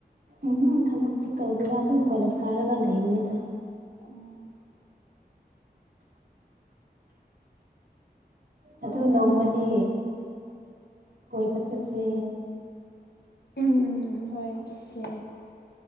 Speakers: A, on the right; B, on the left.
A: ꯎꯝ ꯊꯕꯛꯇꯤ ꯇꯧꯁꯤꯗ ꯑꯗꯨꯝ ꯀꯣꯂꯦꯖ ꯀꯥꯔꯒ ꯂꯩꯕꯅꯤꯗ
B: ꯎ
A: ꯑꯗꯣ ꯅꯣꯡꯃꯗꯤ ꯀꯣꯏꯕ ꯆꯠꯁꯦ
B: ꯎꯝ ꯍꯣꯏ ꯆꯛꯁꯦ